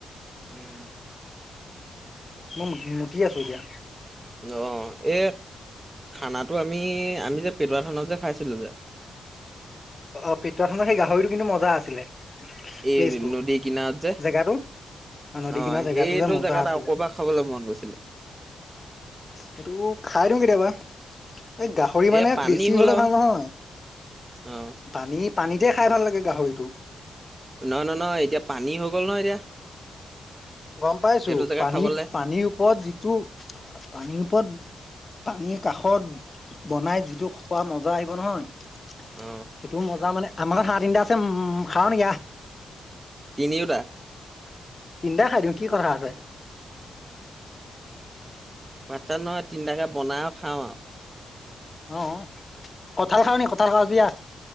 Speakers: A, on the right (about 20°); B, on the left (about 25°).
A: উম।
B: মই মই মুতি আছোঁ এতিয়া।
A: অহঁ এই। খানাটো আমি আমি যে পেটুৱা থানত যে খাইছিলো যে
B: অহঁ পিতোৱা থানত সেই গাহৰিটো কিন্তু মজা আছিলে।
A: এই
B: প্লেচটো
A: নদী কিনাৰদ যে
B: জেগাটো নদী
A: অহঁ
B: কিনাৰ জেগাটো
A: সেইটো
B: যে মজা
A: জেগা
B: আছিলে।
A: আৰু অকবাস খাবলৈ মন গৈছে।
B: সেইটো খাই দিওঁ কেতিয়াবা এই গাহৰি মানে
A: এ পানী
B: বেছি
A: হ'ল
B: হলে
A: আৰু
B: ভাল নহয়
A: অ
B: পানী পানীতে খাই ভাল লাগে গাহৰিটো
A: নহঁ নহঁ নহঁ, এতিয়া পানী হৈ গ'ল নহঁ এতিয়া।
B: গম পাইছো
A: সেইটো জেগাত
B: পানীত
A: খাবলে
B: পানীৰ ওপৰত যিটো পানীৰ ওপৰ পানীৰ কাষত বনাই যিটো খোৱা মজা আহিব নহয়
A: অ
B: সেইটো মজা মানে আমাৰ হাঁহ তিনিটা আছে খাৱ নেকি আহঁ
A: তিনিওটা
B: তিনটা খাই দিওঁ কি কথাঁ আছে
A: বাচ্চা নহয় তিনটাকে বনাই আৰু খাওঁ আৰু
B: অ কঠাল খাও নি কঁঠাল খাওঁ যদি আহঁ।